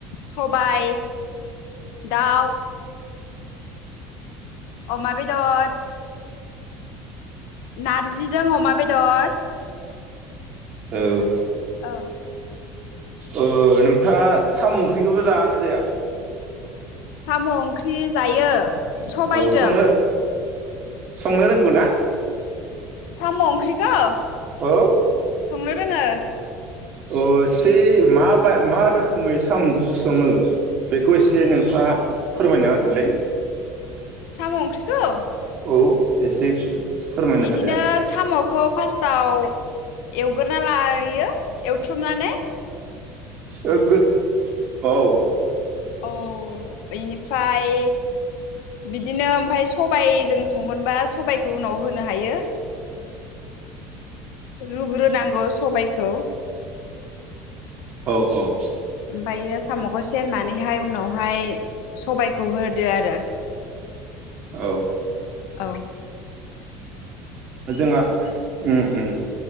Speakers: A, on the left (about 75°); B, on the right (about 35°).
A: सबाय दाउ। अमा बेदर नारजिजों अमा बेदर
B: औ
A: औ
B: ओ नोंथाङा साम' ओंख्रिखौबो जागोना जाया?
A: साम' ओंख्रि जायो। सबायजों
B: औ संनो संनो रोंगौ ना?
A: साम' ओंख्रिखौ
B: औ
A: संनो रोङो
B: अह एसे माबाय मा रोखोमै सामु ओंख्रिखौ सङो बेखौ एसे नोंथाङा फोरमायनो होदोलाय?
A: साम' ओंख्रिखौ?
B: औ एसे। फोरमायनो
A: इदिनो
B: होदो
A: साम'खौ फास्टाव एवग्रोना लायो एव थ्रमनानै
B: ओ गोद औ ।
A: औ इनिफाय बिदिनो ओमफाय सबायजों संगोनबा सबाइखौ उनाव होनो हायो रुग्रोनांगौ सबायखौ ।
B: औ औ
A: ओमफायो साम'खौ सेरनानै बेहाय उनावहाय सबायखौ होदो आरो
B: औ ।
A: औ ।
B: जोंआ उम उम ।